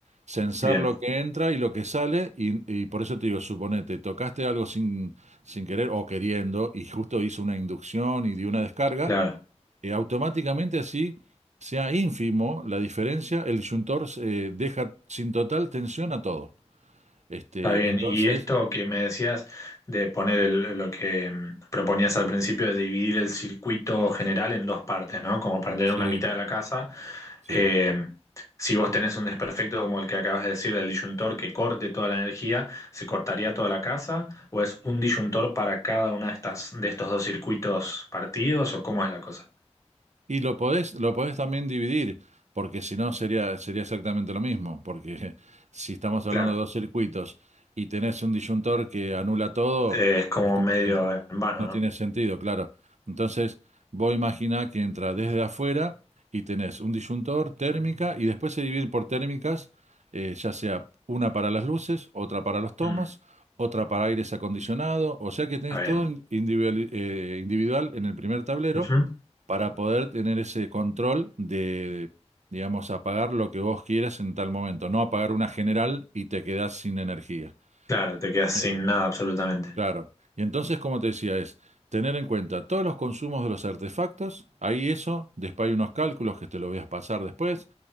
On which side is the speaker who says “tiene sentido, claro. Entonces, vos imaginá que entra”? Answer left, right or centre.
Right